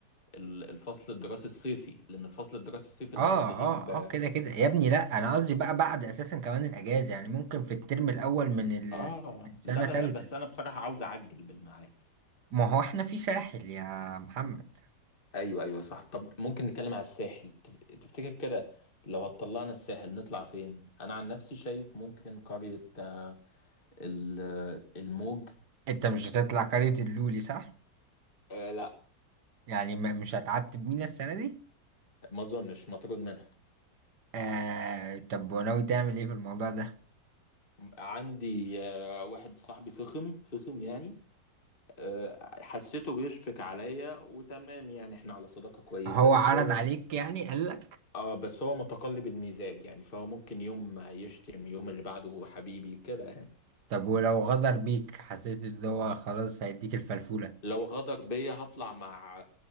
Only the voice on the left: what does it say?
ال- الفصل الدراسي الصيفي لان الفصل الدراسي الصيفي
لما بتغيب
اه
لا ب-
بس انا بصراحة عاوز اعجل بالميعاد
ايوه ايوه صح طب ممكن نتكلم على الساحل تف- تفتكر كده لو هتطلعنا الساحل نطلع فين انا عن نفسي شايف ممكن قرية آه، ال- آه، الموج
آه لا
ما اظنش مطرود منها
عندي آه، واحد صاحبي فخم فخم يعني آه، حسيته بيشفق عليا وتمام يعني احنا على صداقة كويسة
بس
هو
اه بس هو متقلب المزاج يعني فهو ممكن يوم يشتم يوم اللي بعده حبيبي كده يعني
لو غدر بيا هطلع مع